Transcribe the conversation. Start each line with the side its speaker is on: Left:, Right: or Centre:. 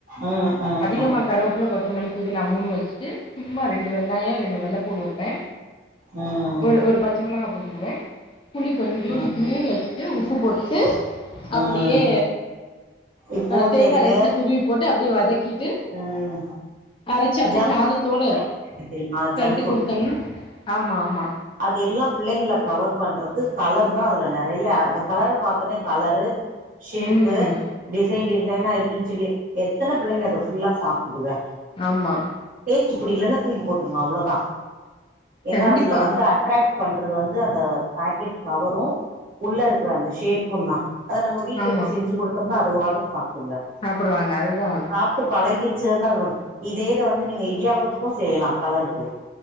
Right: ம் ம்
Left: அதிகமா
Right: ம்
Left: கருவேப்ல கொத்தமல்லி புதினா மூணு வச்சுட்டு சும்மா ரெண்டு வய் வெங்காயோ ரெண்டு வெள்ள பூடு வெப்பே
Right: ம் ம்
Left: ஒரு ஒரு பச்ச மொளகா போட்டுக்குவ புளி கொஞ்சோண்டு
Right: ம்
Left: இத்னூண்ட்டு வச்சுட்டு உப்பு போட்டு அப்டியே
Right: ம் இப்போ
Left: அ
Right: இந்த
Left: தேங்கா
Right: இவிங்க
Left: லேசா துருவி போட்டு அப்டியே வதக்கி கிட்டு
Right: ம்
Left: அரச்சு அப்டியே
Right: ஜங்க்
Left: சாதத்தோட
Right: ஃபுட் தெரியுமா
Left: பெரட்டி
Right: ஜங்க் ஃபுட்
Left: குடுத் கனி ஆமா ஆமா
Right: அது எல்லா பிள்ளைங்கள கவர் பண்றது கலர் தா அதுல நெறைய அந்த கலர பார்த்தோனே கலரு ஷேப்பு
Left: ம்
Right: டிசைன் டிசைனா இருக்குன் சொல்லி எத்தன பிள்ளைங்க அத ஃபுல்லா சாப்டுதுக
Left: ஆமா
Right: டேஸ்ட்டு பிடிக்கலன்னா தூக்கி போட்டுருங்க அவ்ளோதா ஏன்னா
Left: கண்டிப்பா
Right: அதுல வந் அட்ரக்ட் பண்றது வந்து அந்த பாக்கெட் கவரு உள்ள இருக்கிற அந்த ஷேப்புந் தா அத நம்ம வீட்ல
Left: ஆமாம்
Right: இப்டி செஞ்சு குடுத்தம்னா அதுக பாட்டுக் சாப்டுங்க
Left: சாப்பிடுவாங்க அதுதா
Right: சாப்ட்டு பழகிருச்சுங்கன்னா அது இதே இத வந்து நீங்க இடியாப்பத்துக்கு செய்லா கலருக்கு